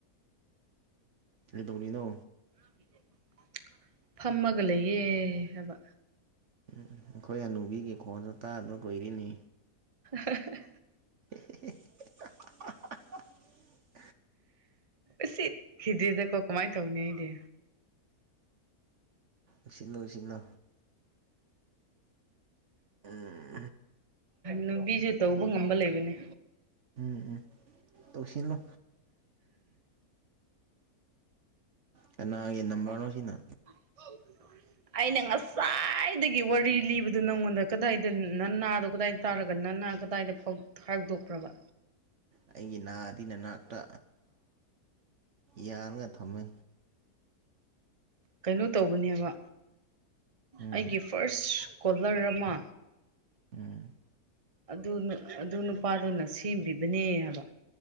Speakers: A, on the right; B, on the right.
A: ꯀꯩꯗꯧꯔꯤꯅꯣ
B: ꯎ <unintelligible> ꯐꯝꯃꯒ ꯂꯩꯌꯦ ꯍꯥꯏꯕ
A: ꯎꯝ ꯑꯩꯈꯣꯏ ꯑꯅꯨꯕꯤꯒꯤ ꯈꯣꯟꯁꯨ ꯇꯥꯗ ꯀꯨꯏꯔꯤꯅꯤ
B: ꯍ ꯍ
A: <inaudible>
B: ꯎꯁꯤꯠꯈꯤꯗ꯭ꯔꯦꯗꯀꯣ ꯀꯃꯥꯏꯅ ꯇꯧꯅꯤ ꯑꯩꯗꯤ
A: ꯎꯁꯤꯂꯣ ꯎꯁꯤꯂꯣ ꯎꯝ
B: ꯅꯨꯕꯤꯁꯨ ꯇꯧꯕ ꯉꯝꯕ ꯂꯩꯕꯅꯦ
A: ꯎꯝ ꯎꯝ ꯇꯧꯁꯤꯜꯂꯣ ꯀꯅꯥꯒꯤ ꯅꯝꯕꯔꯅꯣ ꯁꯤꯅ
B: <unintelligible> ꯑꯩꯅ ꯉꯁꯥꯏꯗꯒꯤ ꯋꯥꯔꯤ ꯂꯤꯕꯗꯨ ꯅꯪꯉꯣꯟꯗ ꯀꯗꯥꯏꯗ ꯅꯅꯥꯗꯣ ꯀꯗꯥꯏꯗ ꯇꯥꯔꯒ ꯅꯅꯥ ꯀꯗꯥꯏꯗ ꯐꯧꯗꯣꯛ ꯈꯧꯗꯣꯛꯈ꯭ꯔꯕ
A: ꯑꯩꯒꯤ ꯅꯥꯗꯤ ꯅꯅꯥꯛꯇ ꯌꯥꯜꯉ ꯊꯝꯃꯤ
B: ꯀꯩꯅꯣ ꯇꯧꯕꯅꯦꯕ
A: ꯎꯝ
B: ꯑꯩꯒꯤ ꯐꯥꯔꯁ ꯀꯣꯂꯔ ꯑꯃ
A: ꯎꯝ
B: ꯑꯗꯨ ꯑꯗꯨ ꯅꯨꯄꯥꯗꯨꯅ ꯁꯦꯝꯕꯤꯕꯅꯦ ꯍꯥꯏꯕ